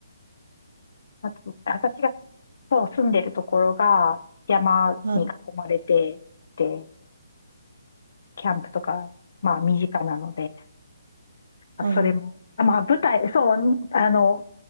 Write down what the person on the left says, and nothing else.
あと、私が、そう、住んでるところが山に囲まれて、
で、キャンプとか、まあ身近なので、あ、
それも。あ、まあ、舞台、そう、あの、